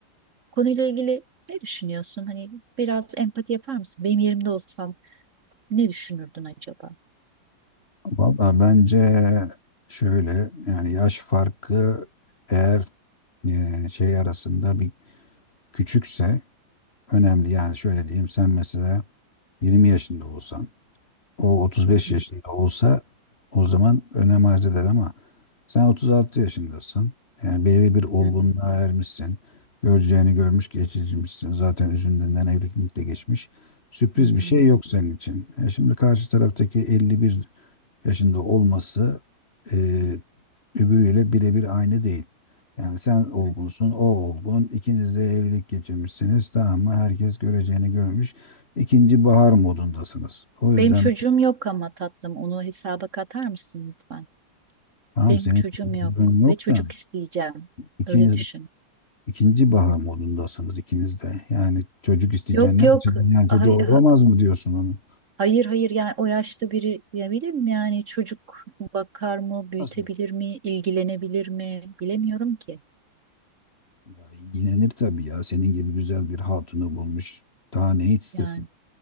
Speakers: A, on the right; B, on the left.
A: Konuyla ilgili ne düşünüyorsun? Hani biraz empati yapar mısın? Benim yerimde olsan ne düşünürdün acaba?
B: Valla bence şöyle yani yaş farkı eğer e, şey arasında bir küçükse önemli. Yani şöyle diyeyim sen mesela 20 yaşında olsan o 35
A: Hı hı,
B: yaşında olsa o zaman önem arz eder ama Sen 36 yaşındasın. Yani belirli bir olgunluğa
A: hı hı,
B: ermişsin. Göreceğini görmüş, geçirmişsin. Zaten üzerinden evlilik de geçmiş. Sürpriz
A: hı hı,
B: bir şey yok senin için. E şimdi karşı taraftaki 51 yaşında olması e, öbürüyle birebir aynı değil. Yani sen olgunsun,
A: hı hı.
B: o olgun. İkiniz de evlilik geçirmişsiniz. Tamam mı? Herkes göreceğini görmüş. İkinci bahar modundasınız. O yüzden
A: Benim çocuğum yok ama tatlım onu hesaba katar mısın lütfen?
B: tamam
A: Benim
B: senin
A: çocuğum
B: bir
A: yok
B: sorunun yok
A: ve çocuk
B: da
A: isteyeceğim.
B: ikiniz
A: Öyle düşün.
B: İkinci bahar modundasınız ikiniz de. Yani çocuk isteyeceksin
A: Yok
B: ne
A: yok
B: açıdan? Yani
A: hay-
B: çocuğu olamaz
A: ha-
B: mı diyorsun onun?
A: hayır hayır yani o yaşta biri diyebilir mi yani çocuk bakar mı büyütebilir
B: Olmaz mı?
A: mi ilgilenebilir mi bilemiyorum ki
B: Ya, yinenir tabii ya. Senin gibi güzel bir hatunu bulmuş. Daha ne istesin?
A: yani.